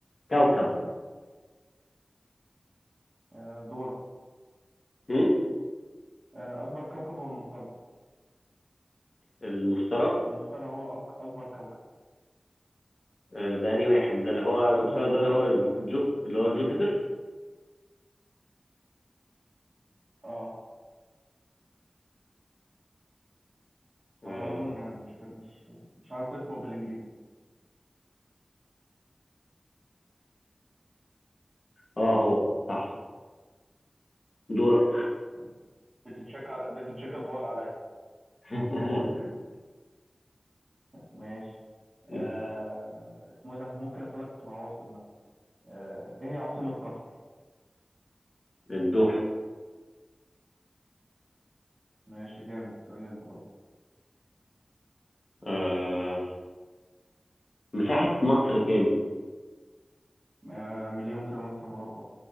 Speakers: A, on the left; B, on the right.
A: كوكب
B: آه، دورك
A: هم؟
B: آه، أكبر كوكب هو المشتري
A: المشتري
B: المشتري هو أك- أكبر كوكب
A: آه ده أنهي واحد ده اللي هو المشتري
B: أكبر كوكب
A: ده اللي هو
B: في الكواكب
A: جو اللي هو جوبيتر
B: اه
A: آه
B: على ما أظن يعني مش فا- مش مش عارف اسمه بالإنجليزي
A: آه، هو صح دورك
B: ماشي بتتشك على... بتتشك الفار عليا
A: <laughs>
B: ماشي
A: ماشي.
B: آه... اسمه إيه ده ممكن اسالك في العواصم مثلا آه... ايه هي عاصمة قطر
A: الدوحة
B: ماشي جامد اسالني انت بقى
A: آه مساحة مصر كام؟
B: آه... مليون كيلومتر مربع